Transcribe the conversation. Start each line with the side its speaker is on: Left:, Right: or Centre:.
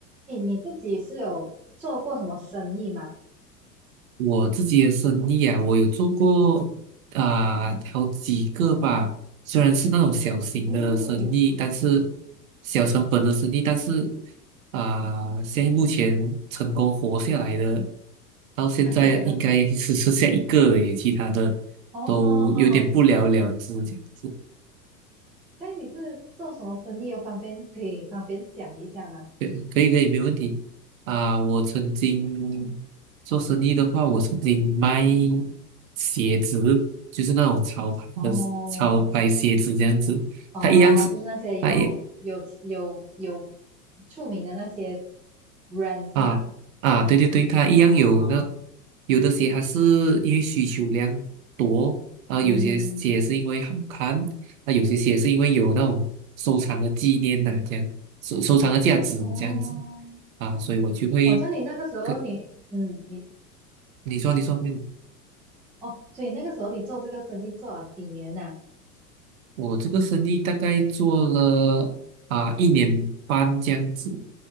Centre: 哎，你自己是有做过什么生意吗？
Right: 我自己的生意啊，我有做过啊、好几个吧，虽然是那种小型的生意，
Centre: 哦，
Right: 但是小成本的生意，但是啊、现在目前成功活下来的，到现在应该只剩下一个了耶，
Centre: <laughs>
Right: 其他的都有点不了了之这样子。
Centre: 哦，所以你是做什么生意？有方便可以方便讲一下吗？
Right: 对，可以可以，没有问题。啊，我曾经做生意的话，我曾经卖鞋子，就是那种潮牌的潮牌鞋子这样子。
Centre: 哦，哦，
Right: 它一样是，
Centre: 就是那些有有有有
Right: 它一
Centre: 出名的那些人是吗？
Right: 啊啊，对对对，它一样有那
Centre: 哦，
Right: 有的鞋它是因为需求量多啊，
Centre: 嗯，
Right: 有些鞋是因为好看，那有些鞋是因为有那种收藏的纪念呐、这样收收藏的价值这样子
Centre: 哦，
Right: 啊，所以我就会
Centre: 我叫你那个时候你，
Right: 跟
Centre: 嗯，你
Right: 你说你说。
Centre: 哦，所以那个时候你做这个生意做了几年呐、
Right: 我这个生意大概做了啊、一年半这样子，